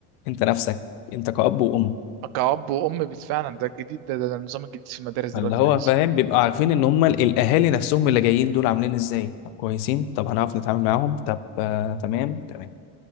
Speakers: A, on the left (about 75°); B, on the right (about 55°).
A: انت نفسك انت كأب وأم
B: كأب وأم بت- فعلا ده الجديد ده, ده النظام الجديد في المدارس
A: فاللي
B: دلوقتي
A: هو
B: الحديثة
A: فاهم بيبقى عارفين ان هم ال- الاهالي نفسهم اللي جايين دول عاملين ازاي طب كويسين طب هنعرف نتعامل معاهم طب آه تمام تمام